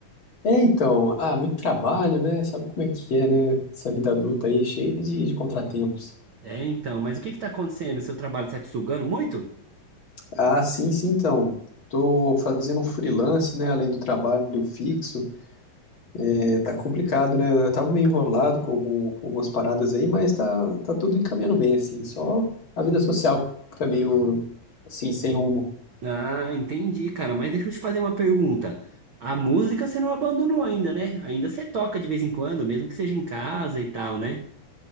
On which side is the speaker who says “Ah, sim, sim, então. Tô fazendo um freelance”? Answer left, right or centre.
Left